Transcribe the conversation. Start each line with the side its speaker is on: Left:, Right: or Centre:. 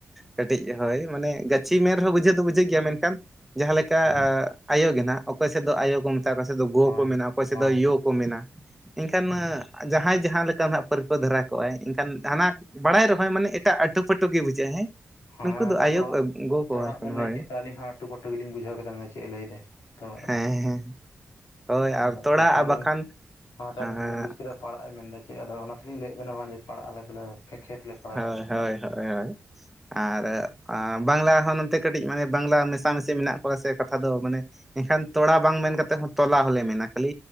Centre: ᱠᱟᱹᱴᱤᱡ ᱦᱳᱭ ᱢᱟᱱᱮ ᱜᱟᱹᱪᱷᱤ ᱢᱮ ᱨᱮᱦᱚᱸ ᱵᱩᱡᱷᱟᱹᱣ ᱫᱚ ᱵᱩᱡᱷᱟᱹᱜ ᱜᱮᱭᱟ ᱢᱮᱱᱠᱷᱟᱱ ᱡᱟᱦᱟᱸ ᱞᱮᱠᱟ
Left: ᱦᱮᱸ
Centre: ᱟᱭᱳ ᱜᱮ ᱱᱟ ᱚᱠᱚᱭ ᱥᱮᱫ ᱫᱚ ᱟᱭᱳ ᱠᱚ ᱢᱮ ᱚᱠᱟᱭ ᱥᱮᱫ ᱫᱚ ᱜᱚ
Left: ᱦᱳᱭ
Centre: ᱠᱚ ᱢᱮᱱᱟ ᱚᱠᱚᱭ
Left: ᱦᱳᱭ
Centre: ᱥᱮᱫ ᱫᱚ ᱭᱳ ᱠᱚ ᱢᱮᱱᱟ ᱮᱱᱠᱷᱟᱱ
Left: ᱦᱳᱭ
Centre: ᱡᱟᱦᱟᱸᱭ ᱡᱟᱦᱟᱸ ᱞᱮᱠᱟ ᱦᱟᱸᱜ ᱯᱟᱹᱨᱠᱟᱹ ᱫᱷᱟᱨᱟ ᱠᱚᱜᱼᱟᱭ ᱮᱱᱠᱷᱟᱱ ᱦᱟᱱᱟ ᱵᱟᱲᱟᱭ ᱨᱮᱦᱚᱸᱭ ᱢᱟᱱᱮ ᱮᱴᱟᱜ ᱟᱹᱴᱩ ᱯᱟᱹᱴᱩ ᱜᱮ ᱵᱩᱡᱷᱟᱹᱜ ᱡᱟᱦᱟᱸᱭ
Left: ᱦᱮᱸ
Centre: ᱱᱩᱠᱩ ᱫᱚ
Left: ᱟᱫᱚ
Centre: ᱟᱭᱳ
Left: ᱛᱚᱲᱟᱜ
Centre: ᱠᱚᱣᱟ
Left: ᱛᱚᱲᱟᱜ
Centre: ᱠᱚ
Left: ᱵᱮᱱ ᱞᱟᱹᱭ
Centre: ᱦᱳᱭ
Left: ᱠᱮᱫᱟ ᱟᱞᱤᱧ ᱦᱚᱸ ᱟᱴᱩ ᱯᱟᱹᱴᱩ ᱜᱮᱞᱤᱧ ᱵᱩᱡᱷᱟᱹᱣ ᱠᱮᱫᱟᱱᱟ ᱪᱮᱫ ᱮ ᱞᱟᱹᱭᱮᱫᱟᱭ ᱛᱚᱲᱟᱜ
Centre: ᱦᱮᱸ
Left: ᱫᱚ᱾
Centre: ᱦᱮᱸ ᱦᱳᱭ ᱟᱨ
Left: ᱟᱫᱚ
Centre: ᱛᱚᱲᱟ
Left: ᱚᱱᱟᱛᱮ
Centre: ᱟᱨ
Left: ᱟᱹᱞᱤᱧ
Centre: ᱵᱟᱠᱷᱟᱱ
Left: ᱚᱱᱟᱛᱮ
Centre: ᱦᱳᱭ
Left: ᱟᱹᱞᱤᱧ ᱫᱚᱞᱤᱧ ᱵᱩᱡᱽ ᱠᱮᱫᱟ ᱯᱟᱲᱟᱜᱼ ᱮ ᱢᱮᱱ ᱮᱫᱟ ᱪᱮᱫ ᱟᱫᱚ ᱚᱱᱟᱛᱮᱞᱤᱧ ᱞᱟᱹᱭᱭᱟᱮᱫ ᱵᱮᱱᱟ ᱱᱚᱣᱟ ᱡᱮ ᱯᱟᱲᱟᱜ ᱟᱞᱮ ᱫᱚᱞᱮ ᱠᱷᱮᱛ ᱞᱮ ᱯᱟᱲᱟᱜᱟ
Centre: ᱦᱳᱭ ᱦᱳᱭ ᱦᱳᱭ ᱦᱳᱭ ᱟᱨ ᱵᱟᱝᱞᱟ ᱦᱚᱸ ᱱᱚᱱᱛᱮ ᱠᱟᱹᱴᱤᱡ ᱢᱟᱱᱮ ᱵᱟᱝᱞᱟ ᱢᱮᱥᱟᱢᱤᱥᱤ ᱢᱮᱱᱟᱜ ᱠᱚᱣᱟ ᱥᱮ ᱠᱟᱛᱷᱟ ᱫᱚ ᱢᱟᱱᱮ ᱮᱱᱠᱷᱟᱱ ᱛᱚᱲᱟ ᱵᱟᱝ ᱢᱮᱱ ᱠᱟᱛᱮᱫ ᱦᱚᱸ ᱛᱚᱞᱟ ᱦᱚᱞᱮ ᱢᱮᱱᱟ ᱠᱷᱟᱹᱞᱤ